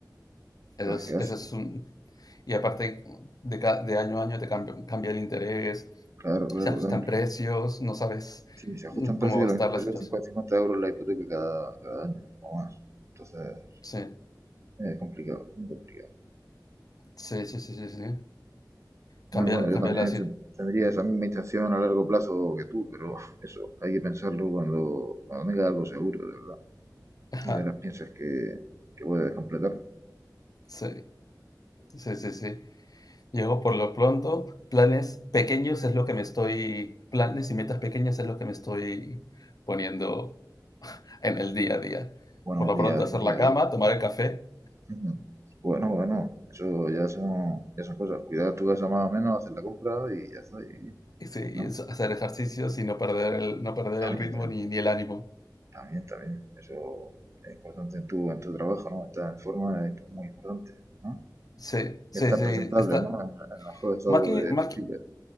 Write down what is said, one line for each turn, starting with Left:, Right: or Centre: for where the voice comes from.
Left: eso
Right: cosas
Left: es,
Right: que hacen.
Left: eso es un... Y aparte, de, ca- de año a año te cambia, cambia el interés,
Right: Claro,
Left: se
Right: claro,
Left: ajustan
Right: claro.
Left: precios, no sabes
Right: Sí, se ajustan
Left: mm, cómo
Right: precios
Left: va
Right: de
Left: a
Right: lo
Left: estar
Right: mismo,
Left: la
Right: te
Left: situación.
Right: sale 50 50 euros la hipoteca cada, cada año o más. Entonces,
Left: Sí,
Right: es complicado, muy complicado.
Left: sí, sí, sí, sí, sí. Cambiar,
Right: No, bueno, yo
Left: cambiar
Right: también
Left: la situación.
Right: ten- tendría esa misma intención a largo plazo que tú, pero eso, hay que pensarlo cuando, cuando tengas algo seguro, de verdad.
Left: <laughs>
Right: Y de verdad piensas que, que puedes completar.
Left: Sí, sí, sí, sí. Llego por lo pronto, planes pequeños es lo que me estoy, planes y metas pequeñas es lo que me estoy poniendo en el día a día.
Right: Bueno,
Left: Por lo
Right: día,
Left: pronto,
Right: día
Left: hacer la
Right: a
Left: cama,
Right: día.
Left: tomar el café
Right: Ujú. Bueno, bueno, eso ya son, ya son cosas. Cuidar tu casa más o menos, hacer la compra y ya está. y-
Left: y sí, y
Right: ¿no?
Left: es- hacer ejercicios y no perder el, no perder
Right: También,
Left: el ritmo
Right: también,
Left: ni, ni el ánimo.
Right: también, también. Eso es importante en tu, en tu trabajo, ¿no? Estar en forma es muy importante, ¿no?
Left: Sí, sí,
Right: Y estar
Left: sí,
Right: presentable,
Left: está.
Right: ¿no? En, en el mejor estado
Left: Más que,
Right: de-
Left: más
Right: posible.
Left: que,